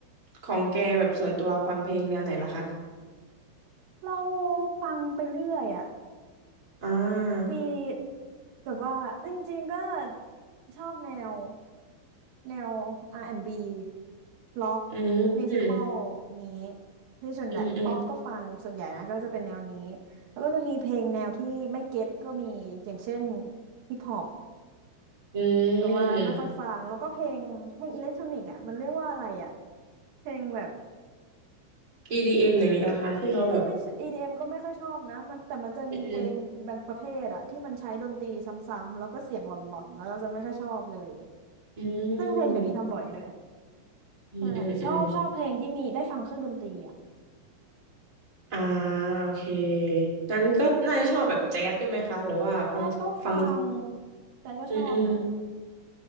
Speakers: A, on the right (about 20°); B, on the right (about 85°).
A: ของแกแบบส่วนตัวฟังเพลงแนวไหนล่ะคะ
B: เราฟังไปเรื่อยอะ
A: อ่า
B: มีแบบว่าจริงๆก็ชอบแนวแนว R&B ล็อก
A: อืมอืม
B: มิวสิคอลนี้ที่ส่วนใหญ่ป๊อปก็ฟังส่วนใหญ่นะก็จะเป็นแนวนี้
A: อืมอืม
B: แล้วก็จะมีเพลงแนวที่ไม่เก็ตก็มีอย่างเช่นฮิปฮอป
A: อื
B: แบบว่าไม่ค่อยฟังแล้วก็เพลงเพลงอิเล็กทรอนิกส์อ่ะมันเรียกว่าอะไรอ่ะ
A: ม
B: เพลงแบบ
A: EDM อมอย่างนี้ล่ะคะที่เขาแบบ
B: ไม่ใช่ไม่ใช่ EDM ก็ไม่ค่อยชอบนะมันแต่มันจะมีเพลงบางประเภทอะที่มันใช้ดนตรีซ้ำๆแล้วก็เสียงหล่อนๆแล้วเราจะไม่ค่อยชอบเลย
A: อืมอืม
B: ซึ่งเพลงเดี๋ยวนี้ทำบ่อยด้วย
A: อืมอืมอืม
B: ใช่ชอบชอบเพลงที่มีได้ฟังเครื่องดนตรีอะ
A: อ่าโอเคงั้นก็น่าจะชอบแบบแจ๊สด้วยไหมคะหรือว่าฟังฟัง
B: แจ๊ดก็ฟังแจ๊ดก็ชอบนะ
A: อืมอืม